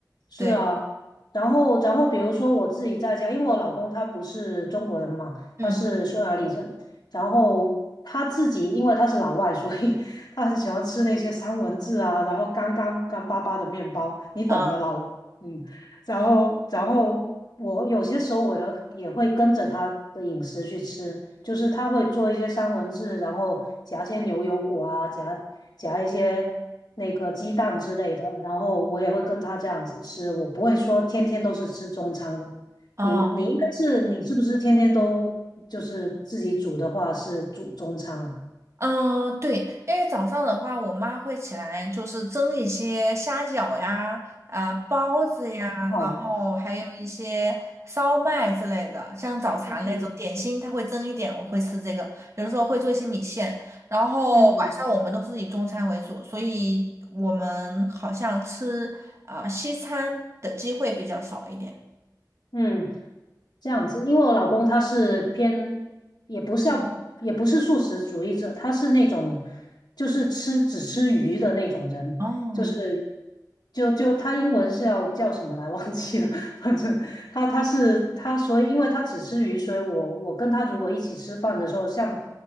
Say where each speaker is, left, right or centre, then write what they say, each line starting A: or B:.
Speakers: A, on the left (about 70°); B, on the right (about 40°).
A: 是啊，
B: 对，
A: 然后然后比如说我自己在家，因为我老公他不是中国人嘛，
B: 嗯，
A: 他是匈牙利人，然后他自己因为他是老外，所以 <laughs> 他很喜欢吃那些三文治啊，然后干干干巴巴的面包，你懂的老，
B: 啊，
A: 嗯，然后然后我有些时候我也也会跟着他的饮食去吃，就是他会做一些三文治，然后夹一些牛油果啊，夹夹一些。那个鸡蛋之类的，然后我也会跟他这样子吃，我不会说天天都是吃中餐的。
B: 哦。
A: 你你应该是你是不是天天都就是自己煮的话是煮中餐啊？
B: 嗯，对，因为早上的话，我妈会起来就是蒸一些虾饺呀、啊、包子呀，
A: 好，
B: 然后还有一些烧麦之类的，像早茶那种点心，
A: <laughs> 嗯
B: 她会蒸一点，我会吃这个。有的时候会做一些米线，然后晚上我们都是以中餐为主，
A: 嗯
B: 所以我们好像吃啊、西餐的机会比较少一点。
A: 嗯。这样子，因为我老公他是偏，也不是要，也不是素食主义者，他是那种就是吃只吃鱼的那种人，
B: 哦，
A: 就是就就他英文是要叫什么来 <laughs> 忘记了，<laughs> 反正他他是他，所以因为他只吃鱼，所以我我跟他如果一起吃饭的时候，像